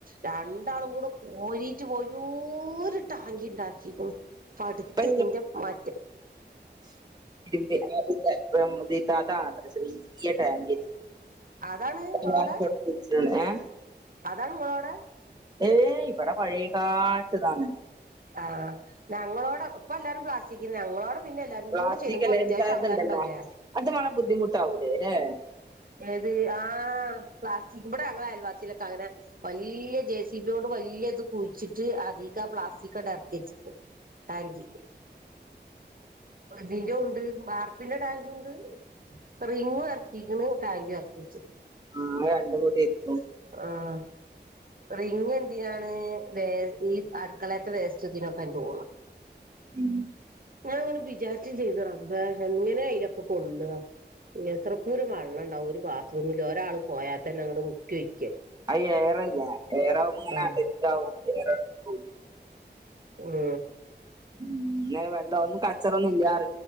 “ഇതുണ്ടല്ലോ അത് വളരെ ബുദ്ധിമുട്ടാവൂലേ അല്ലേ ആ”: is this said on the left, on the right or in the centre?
Right